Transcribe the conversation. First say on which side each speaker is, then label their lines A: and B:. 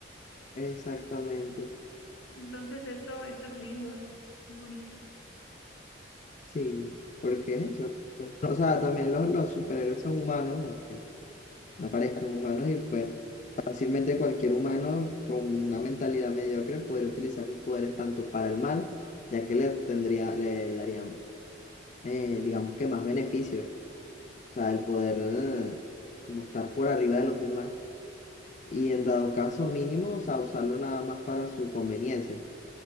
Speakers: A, on the left; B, on the left.
A: Exactamente,
B: Entonces esto, esto es lindo, es bonito.
A: sí, porque es eso. O sea, también los, los superhéroes son humanos, aunque no parezcan humanos, y pues Fácilmente cualquier humano con una mentalidad mediocre podría utilizar sus poderes tanto para el mal, ya que le tendría, le darían, eh, digamos que más beneficios, o sea, el poder eh, como estar por arriba de los demás y en dado caso mínimo, o sea, usarlo nada más para su conveniencia,